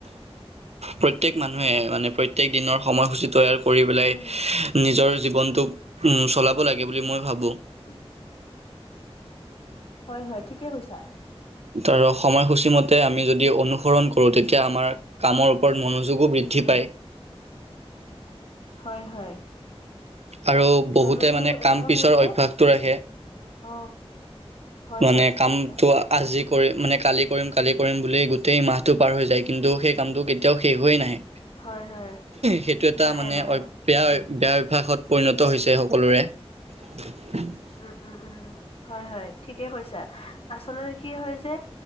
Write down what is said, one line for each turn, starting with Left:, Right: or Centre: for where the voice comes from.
Right: প্ৰত্যেক মানুহে মানে প্ৰত্যেক দিনৰ সময়সূচী তৈয়াৰ কৰি পেলাই
Left: উম
Right: নিজৰ জীৱনটোক চলাব লাগে বুলি মই ভাবোঁ।
Left: <inaudible> হয়, হয়, ঠিকে কৈছা।
Right: তাৰ সময়সূচীমতে আমি যদি অনুসৰণ কৰোঁ, তেতিয়া আমাৰ কামৰ ওপৰত মনো যোগো বৃদ্ধি
Left: উম উম
Right: পায়।
Left: হয়, হয়।
Right: আৰু বহুতে
Left: আৰু
Right: মানে
Left: এনেকুৱা
Right: কাম পিছৰ
Left: হয় যে
Right: অভ্যয়াসটো ৰাখে।
Left: অ হয়
Right: মানে
Left: হয় ঠিক
Right: কামটো
Left: কৈছা
Right: আজি কৰিম মানে কালি কৰিম কালি কৰিম বুলি গোটেই মাহটো পাৰ হৈ যায়, কিন্তু সেই কামটো কেতিয়াও শেষ হৈ নাহে।
Left: হয় হয়
Right: সেইটো এটা
Left: নাহে
Right: মানে
Left: নাহে
Right: অ বেয়া
Left: উম
Right: বেয়া অভ্যয়াসত পৰিণত হৈছে সকলোৰে। <inaudible>
Left: উম' উম' উম' হয় হয় ঠিকে কৈছা। আচলতে কি হয় যে,